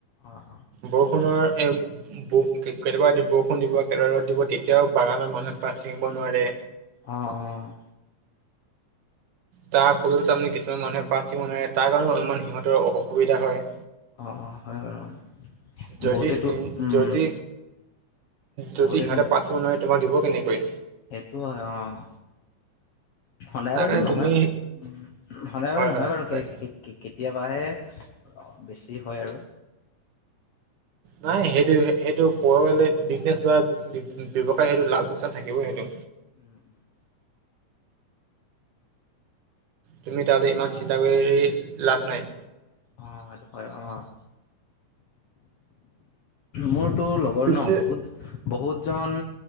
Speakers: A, on the left (about 60°); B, on the right (about 80°).
A: অ অ
B: বৰষুণৰ এ <unintelligible> কেতিয়াবা বৰষুণ দিব কোবা ৰ'দ দিব তেতিয়াও বাগানত মানুহে পাত ছিঙিব নোৱাৰে।
A: অ', অ'।
B: তাৰ ফলতো তাৰমানে কিছুমান মানুহে পাচিব নোৱাৰে তাৰ কাৰণেও অলপমান সিহঁতৰ অসুবিধা হয়।
A: অ', অ', হয়, হয়, হয়
B: যদি
A: বহুতেটো উম।
B: যদি যদি
A: বহুতেতো
B: সিহঁতে
A: নিচ
B: পাত চিব নোৱাৰে তোমাক দিব কেনেকৈ।
A: সেইটো হয় অ'। সদায়
B: তাৰ
A: বাৰু
B: কাৰণে
A: নহয়,
B: তুমি
A: সদায় বাৰু
B: হয়
A: নহয়
B: হয়
A: বাৰু
B: হয়
A: কে কে-কেতিয়াবাহে বেছি হয় আৰু।
B: নাই সেইটো সেইটো <unintelligible> বিজনেচ বা ব্যৱসায় সেইটো লাল পচান থাকিবই সেইটো।
A: অঁ
B: তুমি তালৈ ইমান চিন্তা কৰি লাভ নাই।
A: অ' সেইটো হয় অ' মোৰটো লগ
B: পিছে
A: <unintelligible> বহুত, বহুতজন